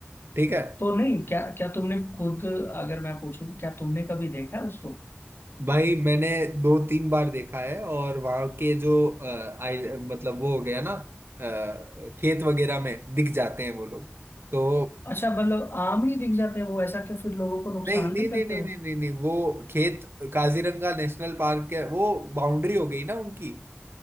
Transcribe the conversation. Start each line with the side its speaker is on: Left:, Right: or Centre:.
Right: ठीक है
Left: तो नहीं क्या क्या तुमने खुद अगर मैं पूछूं तो क्या तुमने कभी देखा है उसको
Right: भाई मैंने दो तीन बार देखा है और वहां के जो अ, आई मतलब वो हो गया ना अ, खेत वगैरह में दिख जाते हैं वो लोग तो
Left: अच्छा मतलब आम ही दिख जाते हैं वो ऐसा कि फिर लोगों को नुकसान
Right: नहीं नहीं
Left: नहीं
Right: नहीं
Left: करते
Right: नहीं
Left: वो
Right: नहीं नहीं नहीं वो खेत काजीरंगा नेशनल पार्क के वो बाउंड्री हो गई ना उनकी